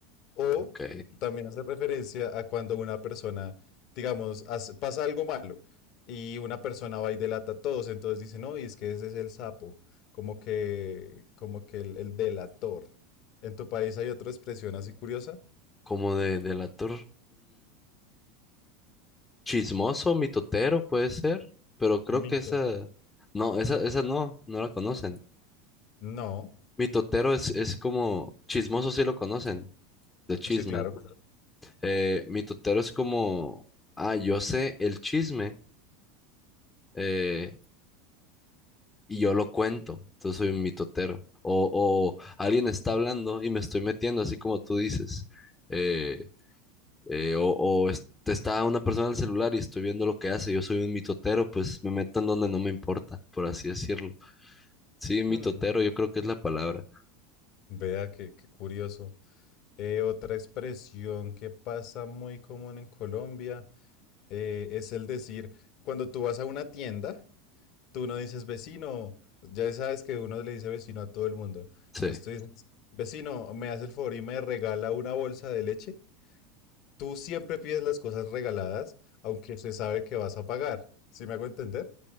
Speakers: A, on the left (about 55°); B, on the left (about 20°).
A: O
B: ok.
A: también hace referencia a cuando una persona, digamos, hace- pasa algo malo y una persona va y delata a todos, entonces dice, no, y es que ese es el sapo, como que, como que el, el delator. ¿En tu país hay otra expresión así curiosa?
B: Como de delator, Chismoso, mitotero puede ser, pero creo
A: Mito.
B: que esa, no, esa, esa no, no la conocen.
A: No,
B: Mitotero es, es como, chismoso sí lo conocen, de chisme.
A: sí, claro.
B: ¿no? Eh, mitotero es como, ah, yo sé el chisme eh, y yo lo cuento, entonces soy un mitotero. O, o alguien está hablando y me estoy metiendo, así como tú dices. Eh, eh, o o es- está una persona en el celular y estoy viendo lo que hace, yo soy un mitotero, pues me meto en donde no me importa, por así decirlo. Sí, mitotero,
A: Hmm,
B: yo creo que es la palabra.
A: vea qué, qué curioso. Eh, otra expresión que pasa muy común en Colombia eh, es el decir, cuando tú vas a una tienda, Tú no dices vecino, ya sabes que uno le dice vecino a todo el mundo.
B: Sí.
A: Entonces tú dices, vecino, ¿me hace el favor y me regala una bolsa de leche? Tú siempre pides las cosas regaladas, aunque se sabe que vas a pagar. ¿Sí me hago entender?